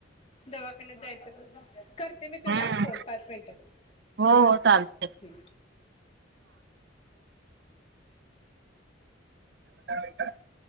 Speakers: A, on the left (about 30°); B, on the right (about 55°).
A: दवाखान्यात जायचं कस? <inaudible> करते मी तुला
B: हम्म.
A: फोन पाच मिनटात
B: हो हो चालते.
A: हम
B: ह <unintelligible>